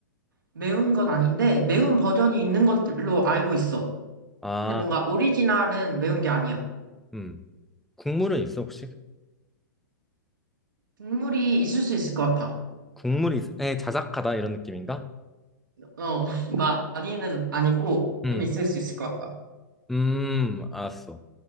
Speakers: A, on the right; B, in the centre.
A: 매운 건 아닌데, 매운 버전이 있는 걸로 알고 있어.
B: 아,
A: 근데 뭔가 오리지널은 매운 게 아니야.
B: 음. 국물은 있어 혹시?
A: 국물이 있을 수 있을 것 같아.
B: 국물이 있... 에, 자작하다 이런 느낌인가?
A: 어, <laughs> 많이는 아니고
B: 음,
A: 좀 있을 수 있을 것 같다.
B: 음, 알았어.